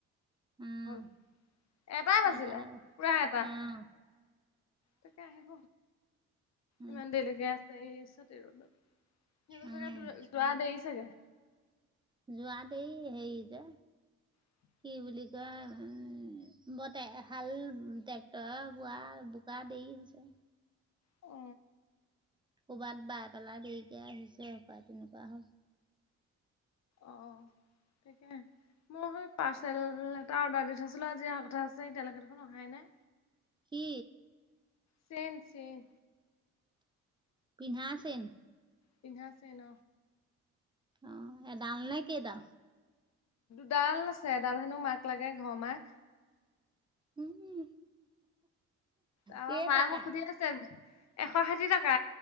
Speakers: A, on the right; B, on the left.
A: উম,
B: হল এটা বাজিলে
A: আ, তাৰ
B: পুৰা এটা
A: উম,
B: তাকে আহিব
A: উম,
B: ইমান দেৰিলৈকে আছে এই চ ৰদত সিহঁত
A: উম,
B: চাগে যোৱা দেৰি চাগে
A: যোৱা দেই সেই যে
B: হয়।
A: কি বুলি কয় উম, ব হাল ট্ৰেক্টৰ বোৱা বা দেৰি হৈছে।
B: অ
A: ক'ৰবাত বাই পেলাই দেৰিকে আহিছে সপাই তেনেকুৱা হ'ল।
B: অ, তাকে মই সেই পাৰ্চেল এটা অৰ্ডাৰ দি থৈছিলো, আজি অহাৰ কথা আছে এতিয়ালৈকে দেখোন অহাই নাই।
A: কি?
B: চেইন-চেইন।
A: পিন্ধা চেইন।
B: পিন্ধা চেইন।
A: অ, এডাল নে কেইডাল।
B: ডাল আছে ডাল হেনো মাক লাগে ঘৰ মাক
A: উম,
B: আ
A: কেইটকা
B: মায়ে মোক খুজি আছে। এশ ষাঠি টকা